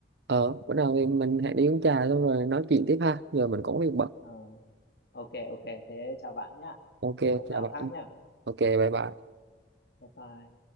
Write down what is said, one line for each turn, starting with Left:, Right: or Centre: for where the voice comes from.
Right: ờ bữa nào thì mình hãy đi uống trà xong rồi nói chuyện tiếp ha giờ mình cũng có việc bận
Left: Ờ, ok, ok. Thế chào bạn nhá.
Right: ok
Left: Hẹn lúc nào
Right: chào bạn
Left: khác nhá.
Right: ok bye bye
Left: Bye bye.